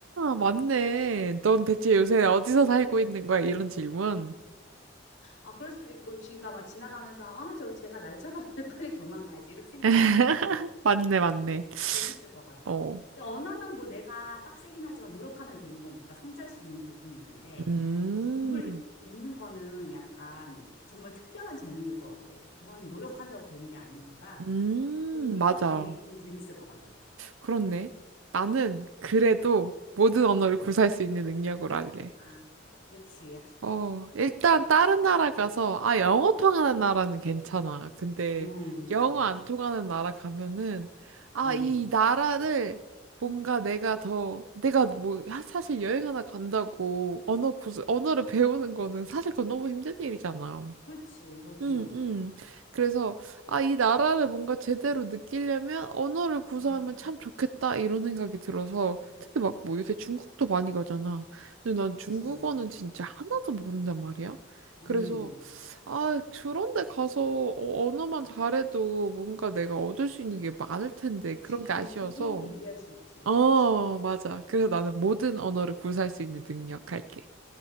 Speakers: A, on the right; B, on the left.
A: 맞네. 넌 대체 요새 어디서 살고 있는 거야? 이런 질문.
B: 아, 그럴 수도 있고, 쥐가 막 지나가면서, 아, 저, 쟤가 날 쳐다보네, <laughs> 빨리 도망가야지. 이렇게 생각할
A: <laughs>
B: 수도 있고.
A: 맞네, 맞네.
B: 재밌을 것 같아.
A: 어.
B: 근데 언어는 뭐 내가 빡세긴 하지만 노력하면 되는 거니까 성취할 수 있는 부분이 있는데,
A: 음,
B: 또 동물 읽는 거는 약간 정말 특별한 재능일 것 같아. 그건 노력한다고 되는 게 아니니까,
A: 음,
B: 그런
A: 맞아.
B: 재능이 좀 재밌을 것 같아.
A: 그렇네. 나는 그래도 모든 언어를 구사할 수 있는 능력으로 할래.
B: 아, 그치.
A: 어, 일단 다른 나라 가서, 아, 영어 통하는 나라는 괜찮아. 근데
B: 응, 그치.
A: 영어 안 통하는 나라 가면은, 아,
B: 응.
A: 이 나라를 뭔가 내가 더, 내가 뭐, 하- 사실 여행 하나 간다고 언어 구, 언어를 배우는 거는 사실 그건 너무 힘든 일이잖아.
B: 그치, 그렇긴
A: 음,
B: 하지.
A: 음. 그래서, 아, 이 나라를 뭔가 제대로 느끼려면 언어를 구사하면
B: 아,
A: 참 좋겠다, 이런 생각이 들어서,
B: 아,
A: 특히 막 뭐 요새 중국도 많이 가잖아. 근데 난
B: 그치.
A: 중국어는 진짜 하나도 모른단 말이야.
B: 음.
A: 그래서, 아, 그런 데 가서 어- 언어만 잘해도 뭔가 내가 얻을 수 있는 게 많을 텐데,
B: 그치.
A: 그런 게 아쉬워서.
B: 깊이 있게 이해할 수 있지.
A: 어,
B: 그치.
A: 맞아. 그래서 나는 모든 언어를 구사할 수 있는 능력 할게.